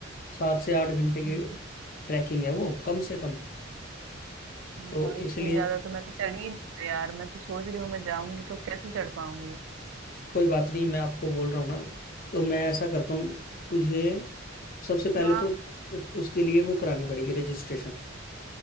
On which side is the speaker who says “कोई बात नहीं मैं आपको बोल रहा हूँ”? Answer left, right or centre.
Left